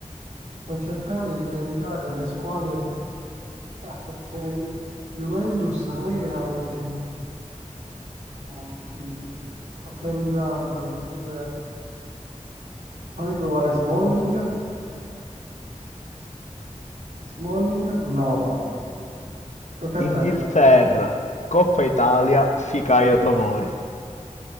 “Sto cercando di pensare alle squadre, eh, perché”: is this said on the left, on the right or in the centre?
Right